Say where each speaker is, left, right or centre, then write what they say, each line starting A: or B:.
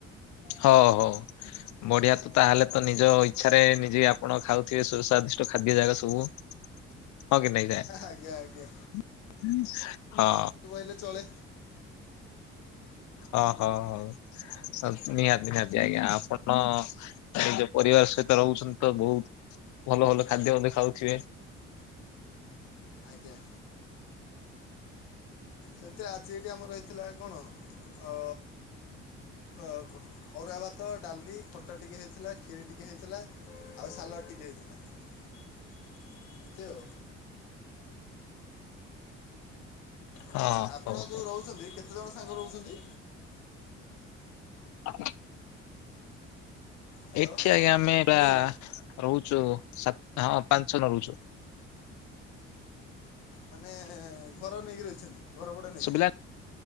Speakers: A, on the left; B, on the left.
A: ହ ହ। ବଢିଆ ତ ତାହେଲେ ତ ନିଜ ଇଚ୍ଛାରେ ନିଜେ ଆପଣ ଖାଉଥିବେ ସୁସ୍ୱାଦିଷ୍ଟ ଖାଦ୍ୟ ଜାକ ସବୁ। ହଁ କି ନେଇଯାଏ
B: ଆଜ୍ଞା ଆଜ୍ଞା
A: ହଁ।
B: ହେଲେ ଚଳେ।
A: ଅ ହ ନିହାତି ନିହାତି ଆଜ୍ଞା
B: ଆଉ
A: ଆପଣ ନିଜ ପରିବାର ସହିତ ରହୁଛନ୍ତି ତ ବହୁତ୍ ଭଲ ଭଲ ଖାଦ୍ୟ ମଧ୍ୟ ଖାଉଥିବେ।
B: ଆଜ୍ଞା। ସେମିତି ଆଜି ଏଇଠି ଆମର ହେଇଥିଲା କଣ ଅ ଅବ ଅରୁଆ ଭାତ ଡାଲି ଖଟା ଟିକେ ହେଇଥିଲା କ୍ଷୀରି ଟିକେ ହେଇଥିଲା ଆଉ ସାଲାଡ଼ ଟିକେ ହେଇଥିଲା। ଏମିତି ଆଉ।
A: ହଁ
B: ଆଚ୍ଛା ଆପଣ
A: ହଉ।
B: ଯେଉଁ ରହୁଛନ୍ତି କେତେଜଣ ସାଙ୍ଗ ରହୁଛନ୍ତି?
A: <inaudible>
B: ହ୍ୟାଲୋ
A: ଏଇଠି ଆଜ୍ଞା ଆମେ
B: ଭାଇ
A: ବା ରହୁଛୁ ସାତ ହଁ ପାଞ୍ଚ ଛ ଜଣ ରହୁଛୁ।
B: ମାନେ ଘର ନେଇକି ରହିଛନ୍ତି ଘରଭଡା ନେଇକି।
A: ଶୁଭିଲାନି